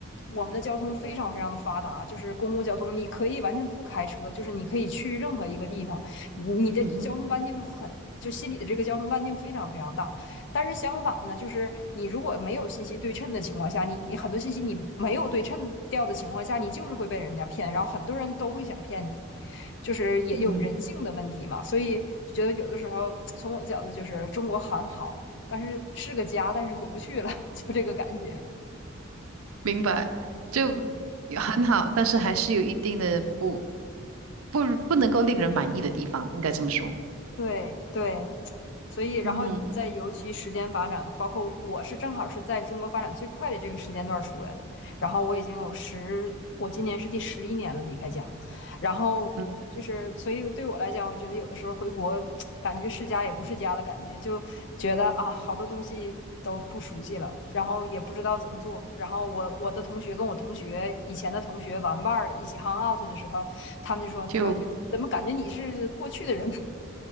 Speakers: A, on the left (about 55°); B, on the right (about 85°).
A: 我们的交通非常非常的发达，就是公共交通，你可以完全不开车，就是你可以去任何一个地方，你的交通半径很，
B: 嗯哼，
A: 就心里的这个交通半径非常非常大。但是相反呢，就是你如果没有信息对称的情况下，你你很多信息你没有对称掉的情况下，你就是会被人家骗，然后很多人都会想骗你。就是也有人性的问题嘛，
B: 嗯。
A: 所以觉得有的时候从我的角度就是中国很好，但是是个家，但是回不去了，<laughs> 就这个感觉。
B: 明白，就也很好，
A: 嗯。
B: 但是还是有一定的不不不能够令人满意的地方，应该这么说。
A: 对对，所以然后在尤其时间发展，
B: 嗯
A: 包括我是正好是在中国发展最快的这个时间段儿出来的，然后我已经有十，我今年是第十一年了离开家，然后就是所以对我来讲，
B: 嗯，
A: 我觉得有的时候回国 <tsk> 感觉是家也不是家的感觉，就觉得啊好多东西都不熟悉了，然后也不知道怎么做，然后我我的同学跟我同学以前的同学玩伴儿一起 hang out 的时候，他们就说，他说你怎么感觉你是过去的人？
B: 就
A: 呢？